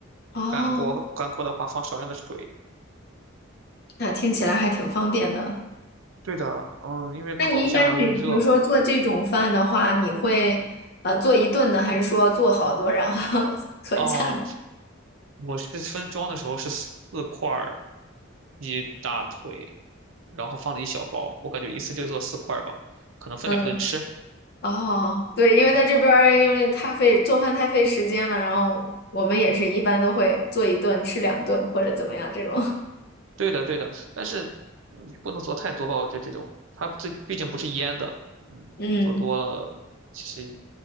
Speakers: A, on the left; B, on the right.
A: 哦，
B: 干锅干锅的话放少量的水。
A: 那听起来还挺方便的。
B: 对的，嗯，因为烤箱还要预热嘛。
A: 那你一般比比如说做这种饭的话，你会呃做一顿呢，还是说做好多然后 <laughs> 存下呢
B: 哦，我是分装的时候是四块儿鸡大腿，然后放了一小包，我感觉一次就做四块儿吧，可能分两顿吃
A: 嗯，哦，对，因为在这边儿因为太费做饭太费时间了，
B: 啊。
A: 然后我们也是一般都会做一顿吃两顿或者怎么样这种。<laughs>
B: 对的，对的，但是嗯也不能做太多吧，我觉得这种它这毕竟不是腌的，嗯，
A: 嗯，
B: 做多了其实